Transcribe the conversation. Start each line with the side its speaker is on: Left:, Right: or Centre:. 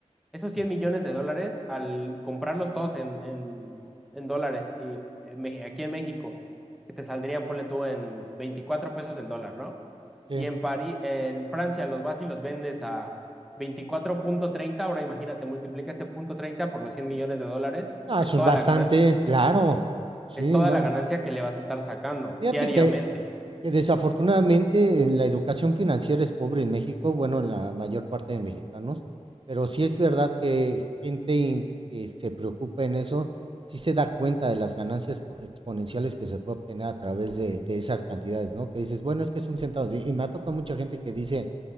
Centre: esos cien
Right: ujú,
Centre: millones de dólares, al comprarlos todos en, en, en dólares y eh, aquí en México, que te saldrían, ponle tú, en 24 pesos el dólar, ¿no?
Right: sí.
Centre: Y en, París, en Francia los vas y los vendes a veinticuatro punto treinta ahora imagínate, multiplica ese punto 30 por los 100 millones de dólares,
Right: Ah,
Centre: es
Right: eso
Centre: toda
Right: es bastante,
Centre: la ganancia
Right: claro. Sí,
Centre: es toda
Right: no.
Centre: la ganancia que le vas a estar sacando
Right: Fíjate
Centre: diariamente.
Right: que Que desafortunadamente eh, la educación financiera es pobre en México, bueno, en la mayor parte de mexicanos, pero sí es verdad que gente in- que se preocupa en eso, sí se da cuenta de las ganancias po- exponenciales que se puede obtener a través de, de esas cantidades, ¿no? Que dices, bueno, es que son centavos. Y, y me ha tocado mucha gente que dice,